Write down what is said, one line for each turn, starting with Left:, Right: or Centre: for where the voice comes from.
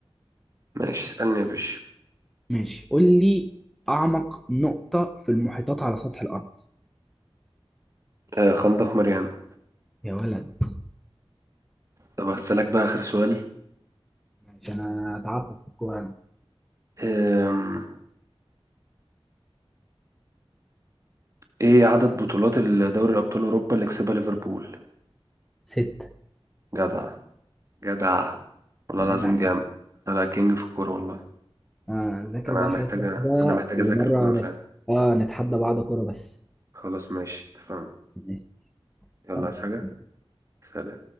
Right: ماشي اسألني يا باشا
Centre: ماشي قول لي أعمق نقطة في المحيطات على سطح الأرض
Right: آه خندق ماريانا
Centre: يا ولد
Right: طب هسألك بقى آخر سؤال
Centre: ماشي أنا تعبت في الكورة أنا
Right: آم. ايه عدد بطولات الدوري ابطال اوروبا اللي كسبها ليفربول
Centre: ستة
Right: جدع جدع والله
Centre: عيب
Right: العظيم
Centre: عليك
Right: جامد لا لا كينج في الكورة والله
Centre: آه ذاكر
Right: انا
Centre: بقى
Right: محتاجة
Centre: شوية كورة
Right: انا محتاجة
Centre: كده ومرة
Right: اذاكر كورة فعلا
Centre: نت... آه نتحدى بعض كورة بس
Right: خلاص ماشي اتفقنا
Centre: ماشي
Right: يلا
Centre: يلا
Right: عايز حاجة
Centre: سلام.
Right: سلام